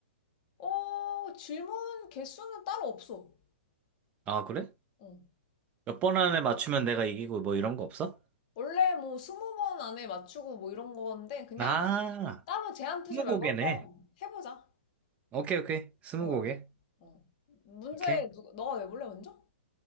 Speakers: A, on the left; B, on the right.
A: 어, 질문 개수는 따로 없어.
B: 아, 그래?
A: 어.
B: 몇 번 안에 맞추면 내가 이기고 뭐 이런 거 없어?
A: 원래 뭐, 스무 번 안에 맞추고 뭐 이런 건데, 그냥
B: 아,
A: 따로 제한 두지
B: 스무고개네.
A: 말고 한번 해보자.
B: 오케이, 오케이. 스무고개.
A: 어, 어. 문제,
B: 오케이.
A: 누가, 너가 내볼래, 먼저?